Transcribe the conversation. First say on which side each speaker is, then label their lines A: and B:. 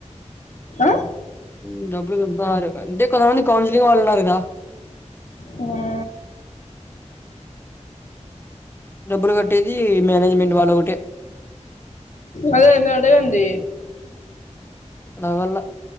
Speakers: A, on the left; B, on the left.
A: ఆ
B: ఊ డబ్బులు గడుతన్నారు అంతే కొంతమంది కౌన్సిలింగ్ వాళ్ళు ఉన్నారు గదా
A: ఆ
B: డబ్బులు గట్టేది మ్యానేజ్మెంట్ వాళ్ళొగటే
A: అదే అండి అడగండి
B: అడగల్ల